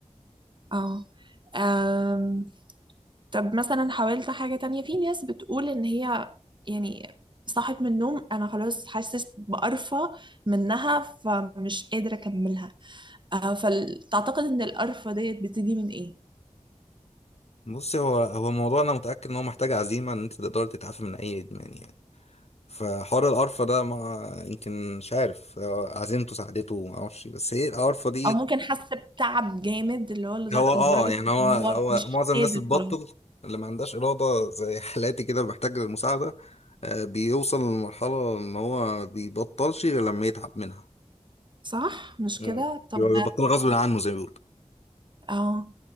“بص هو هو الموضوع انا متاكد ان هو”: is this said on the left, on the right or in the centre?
Left